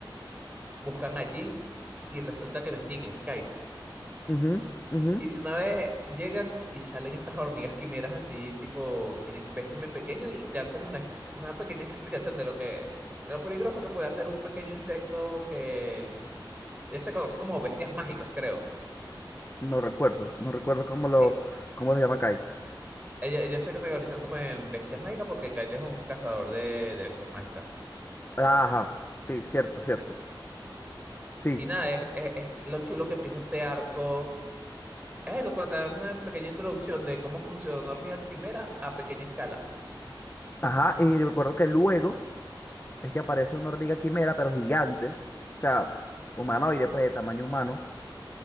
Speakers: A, on the right; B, on the left.
A: buscan a Jin y resulta que no es Jin, es Kite.
B: Ujú, ujú.
A: Y de una vez llegan y salen estas hormigas quimeras así, tipo en espécimen pequeño, y te dan como una, ex- una pequeña explicación de lo que, de lo peligroso que puede hacer un pequeño insecto que un- ellos se conocen como bestias mágicas, creo.
B: No recuerdo, no recuerdo cómo lo,
A: Sí,
B: cómo lo llama Kite.
A: ellos, ellos se categorizan como en bestias mágicas porque Kite es un cazador de, de bestias mágicas.
B: Ajá, sí, cierto, cierto. Sí,
A: Y nada, es, es- es lo chulo que empieza este arco. Es eso, pues te dan una pequeña introducción de cómo funciona una hormiga quimera a pequeña escala.
B: ajá, y recuerdo que luego es que aparece una hormiga quimera, pero gigante, o sea, humanoide, pues de tamaño humano.